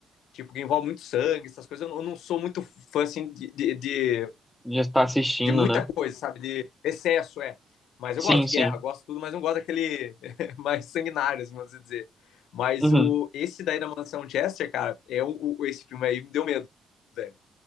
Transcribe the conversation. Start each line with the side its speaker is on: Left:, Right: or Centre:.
Left: tipo, que envolve muito sangue, essas coisas, eu não, eu não sou muito fã assim de, de, de
Centre: Já tá assistindo,
Left: de muita
Centre: né?
Left: coisa, sabe? De excesso, é. Mas
Centre: Sim,
Left: eu gosto de
Centre: sim.
Left: guerra, gosto de tudo, mas não gosto daquele <laughs> mais sanguinário, assim, vamos dizer. Mas
Centre: Uhum.
Left: o, esse daí da Mansão Chester, cara, é o, o- esse filme aí me deu medo, velho.